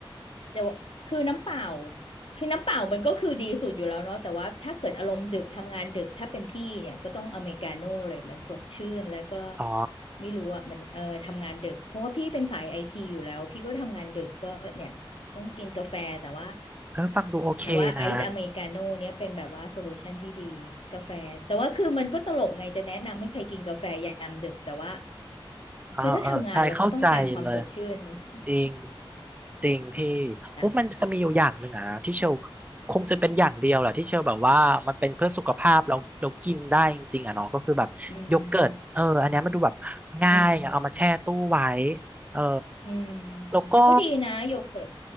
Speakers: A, on the left; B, on the right.
A: แต่ว่าคือน้ำเปล่าคือน้ำเปล่ามันก็คือดีสุดอยู่แล้วเนาะแต่ว่าถ้าเกิดอารมณ์ดึกทำงานดึกถ้าเป็นพี่เนี่ยก็ต้องอเมริกาโน่เลยมันสดชื่นแล้วก็
B: อ๋อ
A: ไม่รู้อ่ะมันเออทำงานดึกเพราะว่าพี่เป็นสายไอทีอยู่แล้วพี่ก็ทำงานดึกก็เนี่ยต้องกินกาแฟแต่ว่า
B: เออฟังดูโอเคนะ
A: แต่ว่าไอซ์อเมริกาโน่เนี่ยเป็นแบบว่าโซลูชันที่ดีกาแฟแต่ว่าคือมันก็ตลกไงจะแนะนำให้ใครกินกาแฟยามดึกแต่ว่า
B: เออเออใช่เข้าใจเลย
A: คือถ้าทำงานเราก็ต้องการความสดชื่นเนาะ
B: จริงจริงพี่
A: <laughs> จ้ะ
B: โอ้มันจะมีอยู่อย่างหนึ่งอ่ะที่เชลคงจะเป็นอย่างเดียวแหละที่เชลแบบว่ามันเป็นเพื่อสุขภาพแล้วเรากินได้จริงๆอ่ะเนาะก็คือแบบโยเกิร์ตเอออันเนี้ยมันดูแบบง่ายอะเอามาแช่ตู้ไว้
A: อืม อืม
B: เออ
A: อืม
B: แล้วก็
A: ก็ดีนะโยเกิร์ต